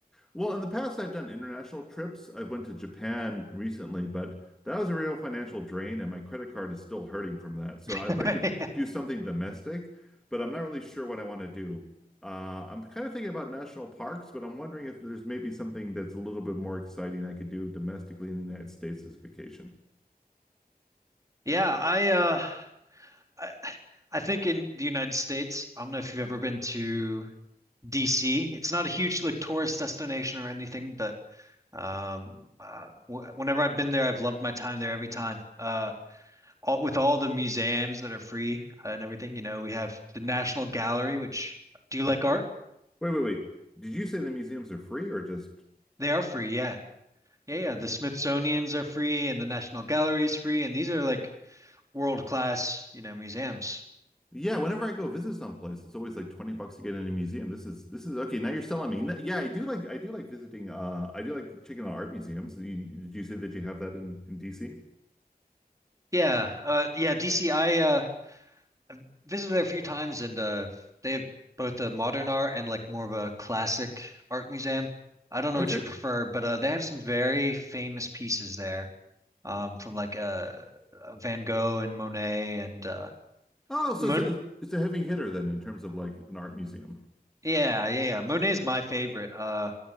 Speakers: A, in the centre; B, on the right (about 20°).
A: Well, in the past, I've done international trips. I went to Japan recently, but that was a real financial drain, and my credit card is still hurting from that. So I'd
B: <laughs>
A: like to do something domestic, but I'm not really sure what I want to do. Uh, I'm kind of thinking about national parks, but I'm wondering if there's maybe something that's a little bit more exciting I could do domestically in the United States this vacation.
B: Yeah, I uh I, I think in the United States, I don't know if you've ever been to DC. It's not a huge like tourist destination or anything, but um uh, w whenever I've been there, I've loved my time there every time. Uh all with all the museums that are free and everything, you know, we have the National Gallery, which do you like art?
A: Wait, wait, wait. Did you say the museums are free or just?
B: They are free, yeah. Yeah, yeah.
A: Oh.
B: The Smithsonian's are free and the National Gallery's free, and these are like world-class, you know, museums.
A: Yeah, whenever I go visit someplace, it's always like 20 bucks to get in a museum. This is this is okay. Now you're selling me. No- Yeah, I do like I do like visiting uh I do like checking out art museums. You- Did you say that you have that in in DC?
B: Yeah, uh yeah, DCI, I uh I've visited there a few times and uh they have both a modern art and like more of a classic art museum. I don't know
A: Okay.
B: what you prefer, but uh they have some very famous pieces there. Um from like uh uh, Van Gogh and Monet and uh
A: Oh, so
B: Mon
A: it's a, it's a heavy hitter then in terms of like an art museum.
B: yeah, yeah, yeah. Monet's my favorite. Uh